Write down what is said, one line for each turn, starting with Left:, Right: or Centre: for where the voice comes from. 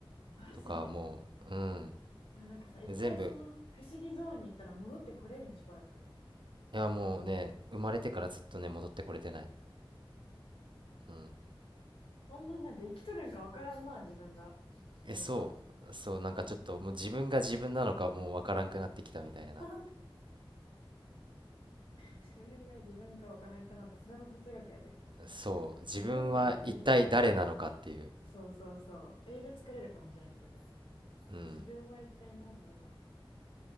Left: マジで
Right: とか、もう、うん。
Left: でもなんかさ、一回その不思議ゾーンに行ったら戻ってこれんよ、
Right: で全部、
Left: しばらく。
Right: いや、もうね、生まれてからずっとね、戻ってこれてない。うん。
Left: ほんまなんて生きとるんかわからんな、自分が。
Right: え、
Left: それは
Right: そう。そう、なんかちょっと、もう自分が自分なのかもうわからんくなってきたみたいな。
Left: <laughs>。自分が自分かわからんくなった。それも哲学やで。
Right: そう。自分は一体誰なのかっていう。
Left: 自分って何やで。そうそうそう。映画作れるかもしれない、それで。
Right: うん。
Left: 自分は一体何なのか。